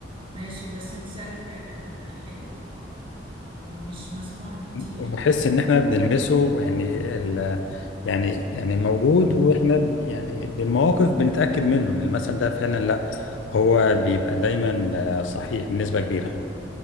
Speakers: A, on the right; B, on the left.
A: ماشي بس مثال فعلا حلو آه مش مسموع كتير
B: وبحس
A: كده آه.
B: ان احنا بنلمسه يعني ال يعني يعني موجود واحنا ب- يعني بالمواقف بنتأكد منه ان المثل ده فعلا لا هو بيبقى دايما آه، صحيح بنسبة كبيرة